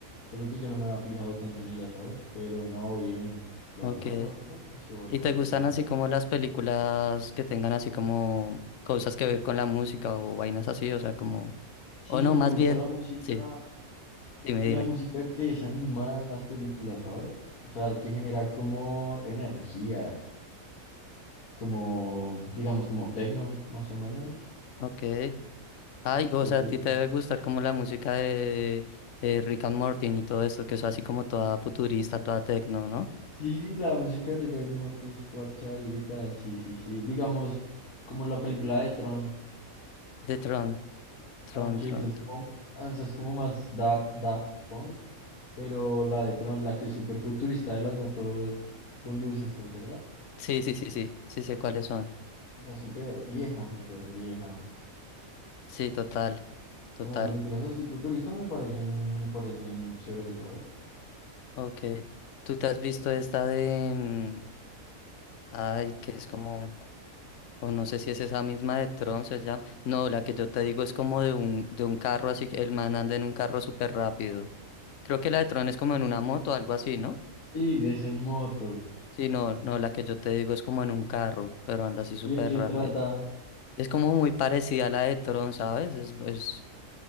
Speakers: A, on the left (about 80°); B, on the left (about 65°).
A: solo que yo no me había fijado tanto en ella, ¿sabes? Pero no, bien, la
B: Ok.
A: verdad, la verdad me pareció bastante
B: ¿Y te gustan
A: bien.
B: así como las películas que tengan así como cosas que ver con la música o vainas así? O sea, como...
A: Sí,
B: O no,
A: me
B: más
A: gusta
B: bien,
A: la música,
B: sí, dime, dime.
A: la música que es animada en las películas, ¿sabes? O sea, que genera como energías, como, digamos, como techno, más o menos.
B: Ok. Ay, o sea,
A: El
B: a
A: tec-
B: ti te debe gustar como la música de eh, Rick and Morty y todo esto, que es así como toda futurista, toda techno, ¿no?
A: Sí, la música de Rick and Morty es parchadita, sí, sí, sí. Digamos, como la película de Tron,
B: De Tron, Tron,
A: aunque
B: Tron,
A: esa es
B: Tron.
A: como, esa es como más da, Daft Punk, pero la de Tron, la que es súper futurista de las motos con luces, ¿te acuerdas?
B: Sí, sí, sí, sí, sí sé cuáles son.
A: Esa es súper vieja, súper vieja.
B: Sí, total, total.
A: Como películas así futuristas me parecen, me parecen chéveres, ¿sabes?
B: Ok. ¿Tú te has visto esta de... mm, Ay, que es como... O no sé si es esa misma de Tron, se llama. No, la que yo te digo es como de un, de un carro así, que el man anda en un carro súper rápido. Creo que la de Tron es como en una moto o algo así, ¿no?
A: Y es en motos.
B: Sí, no, no, la que yo te digo es como en un carro, pero anda así súper
A: ¿Y de qué
B: rápido.
A: trata?
B: Es como muy parecida a la de Tron, ¿sabes? Es, es,